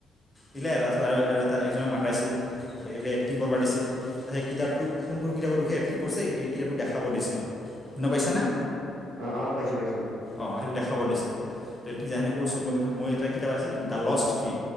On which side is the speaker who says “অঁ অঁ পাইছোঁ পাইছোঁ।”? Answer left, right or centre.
Right